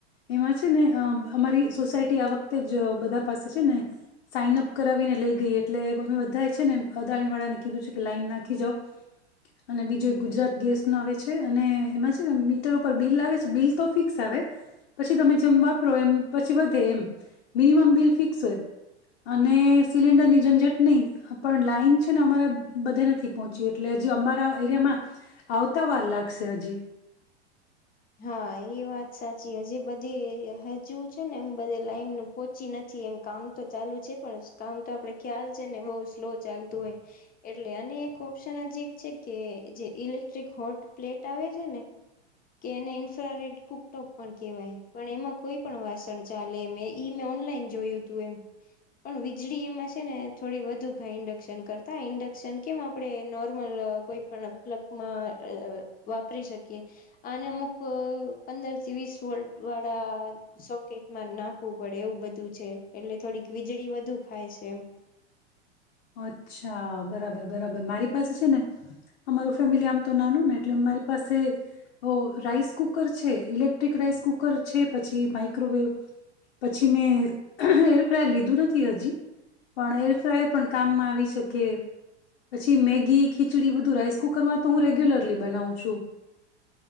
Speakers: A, on the left (about 70°); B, on the left (about 25°).
A: એમાં છે ને અહ અમારી સોસાયટી આ વખતે જ બધા પાસે છે ને, સાઈનઅપ કરાવીને લઈ ગઈ એટલે અમે બધાએ છે ને અદાણી વાળાને કીધું છે કે લાઈન નાખી જાવ, અને બીજું ગુજરાત ગેસનો આવે છે અને એમાં છે ને મીટર ઉપર બિલ આવે છે બિલ તો ફિક્સ આવે, પછી તમે જેમ વાપરો એમ પછી વધે એમ, મિનિમમ બિલ ફિક્સ હોય, અને સિલિન્ડરની ઝંઝટ નહીં હા પણ લાઇન છે ને અમારા બધે નથી પહોંચી, એટલે હજી અમારા એરિયામાં આવતા વાર લાગશે હજી.
B: હા એ વાત સાચી હજી બધી હજુ છે ને એમ બધે લાઈનું પહોંચી નથી એમ કામ તો ચાલુ છે પણ કામ તો આપણ ખ્યાલ છે ને બહું સ્લો ચાલતું હોય, એટલે અને એક ઓપ્શન હજી એક છે કે જે ઇલેક્ટ્રિક હોટ પ્લેટ આવે છે ને. કે એને ઇન્ફ્રારેેડ કુકટોપ પણ કહેવાય પણ એમાં કોઈ પણ વાસણ ચાલે એમ ઈ મે ઓનલાઈન જોયું તું એમ, પણ વીજળી એમાં છે ને થોડી વધુ ખાય ઇન્ડક્શન કરતા ઇન્ડક્શન કેમ આપણે નોર્મલ કોઈ પણ પ્લગમાં અહ વાપરી શકીએ. આને અમુક પંદર થી વીસ વોલ્ટ વાળા સોકેટમાં નાખવું પડે એવું બધું છે એટલે થોડીક વીજળી વધુ ખાય છે એમ.
A: અચ્છા બરાબર બરાબર મારી પાસે છે ને, અમારું ફેમિલી આમ તો નાનું ને એટલે અમારી પાસે, ઓ રાઈસ કુકર છે ઇલેક્ટ્રિક રાઈસ કુકર છે પછી માઈક્રોવેવ પછી મેં એરફ્રાય લીધું નથી હજી, પણ એરફ્રાય પણ કામ મા આવી શકે, પછી મેગી ખીચડી બધું રાઈસ કુકરમાં તો હું રેગ્યુલરલી બનાવું છું.